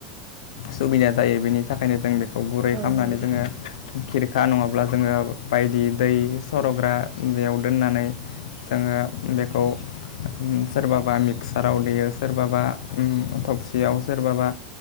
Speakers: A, on the left; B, on the right.
A: सुबिदा जायो बेनि थाखायनो जों बेख खौ गुरै
B: औ
A: खालामनानै
B: नंगौ
A: जोङो
B: नोंथां
A: खिरखा नङाब्ला जोङो बायदि दै सरग्रा बेयाव दोननानै जोङो बेखौ सोरबाबा मिक्साराव देयो सोरबाबा उम थबसियाव सोरबाबा